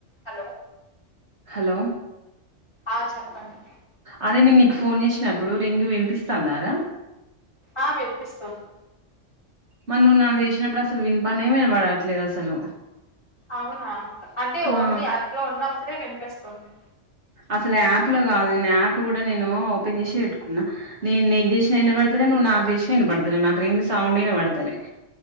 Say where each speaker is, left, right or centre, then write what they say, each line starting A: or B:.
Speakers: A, on the left; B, on the right.
A: హలో.
B: హలో.
A: ఆ చెప్పండి.
B: అరే నేను నీకు ఫోన్ చేసినప్పుడు రింగు వినిపిస్తాందారా.
A: ఆ వినిపిస్తుంద.
B: మన్ నువ్వు నాకు చేసినప్పుడు అసలు వినిపనే వినపడట్లేదు అసలు.
A: అవునా అంటే ఓన్లీ
B: ఆ
A: యాప్ లో ఉన్నప్పుడే వినిపిస్తుంది.
B: అసలు యాప్ లో కాదు నేను యాప్ కూడా నేను ఓపెన్ చేసే పెట్టుకున్నా నేను నీకు చేసినా ఇనపడతాలే, నువ్వు నాకు చేసిన ఇనపడతాలే నాకు రింగ్ సౌండ్ ఇనపడతలే.